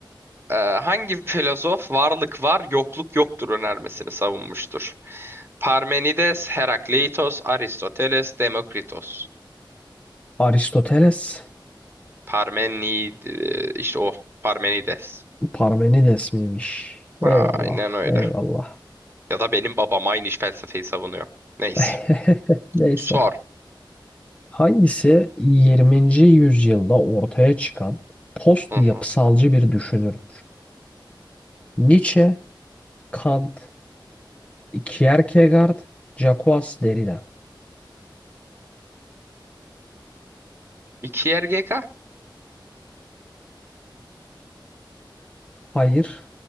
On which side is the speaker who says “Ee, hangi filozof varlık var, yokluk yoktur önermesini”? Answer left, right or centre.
Right